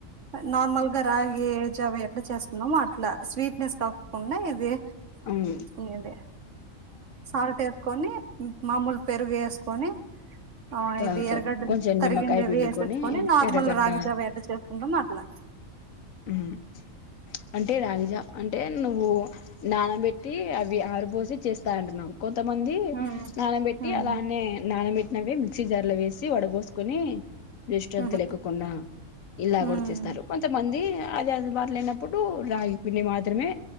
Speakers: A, on the right; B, on the left.
A: నార్మల్ గా రాగి జవ ఎట్లా చేసుకున్నాం మాట ఇట్లా స్వీట్నెస్ కాకుండా ఇది
B: అవు
A: హేదగ సాల్ట్ వేసుకుని మామూలు పెరుగు వేసుకొని ఆ
B: తాగుతారు
A: ఇది ఎరగడ్డలు
B: కొంచెం
A: తరిగిండేవి
B: నిమ్మకాయ పిండుకొని
A: వేసేసుకొని నార్మల్
B: ఎర్రగడ్డ
A: రాగిజావి ఎట్లా చేసుకుంటాం అట్లా
B: ఉమ్ అంటే రాగిజా అంటే నువ్వు నానబెట్టి అవి ఆరిబోసి చేస్తా అంటున్నావ్. కొంతమంది
A: ఉమ్
B: నానబెట్టి
A: ఉమ్
B: అ లావన్నే నానబెట్ మర్రి మిక్సీ జార్ లో వేసి వడబోసుకొని దిస్ట్ అంతా
A: ఉహు
B: లేకొకుండా ఇలా
A: ఉమ్
B: కూడా చేస్తారు. కొంతమంది అదే అది మరిలేనప్పుడు రాగి పిండి మాత్రమే.